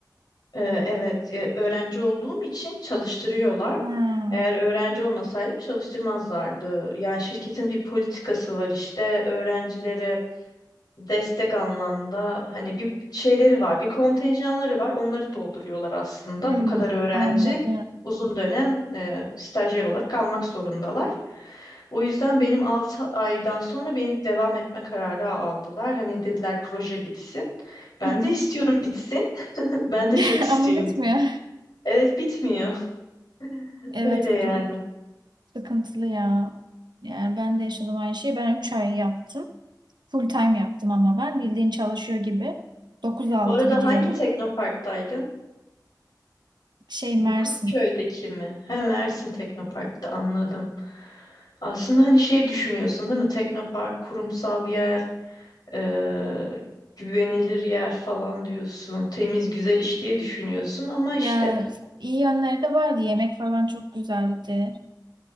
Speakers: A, on the left; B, on the right.
A: Ee, Evet, e, öğrenci olduğum için çalıştırıyorlar.
B: Ha.
A: Eğer öğrenci olmasaydım çalıştırmazlardı. Yani şirketin bir politikası var işte öğrencilere destek anlamda hani bir şeyleri var, bir kontenjanları var. Onları dolduruyorlar aslında.
B: Hmm,
A: Bu kadar öğrenci
B: anladım.
A: uzun dönem e, stajyer olarak almak zorundalar. O yüzden benim 6 aydan sonra beni devam etme kararı aldılar. Hani dediler proje bitsin. Ben
B: Hı hı.
A: de istiyorum bitsin. <laughs> Ben de
B: <laughs>
A: çok istiyorum
B: Ama bitmiyor.
A: Evet bitmiyor. <laughs>
B: Evet
A: Öyle
B: o
A: yani.
B: durum sıkıntılı ya. Yani ben de yaşadım aynı şeyi. Ben 3 ay yaptım. Full time yaptım ama ben bildiğin çalışıyor gibi. Dokuz altı
A: Bu arada
B: gidiyordum.
A: hangi teknoparktaydın?
B: Şey
A: Bu
B: Mersin.
A: Kurtköy'deki mi? He Mersin Teknopark'ta anladım. Aslında hani şey düşünüyorsun değil mi? Teknopark, kurumsal yer, eee, güvenilir yer falan diyorsun. Temiz, güzel iş diye düşünüyorsun ama
B: Ya
A: işte.
B: iyi yönleri de vardı. Yemek falan çok güzeldi.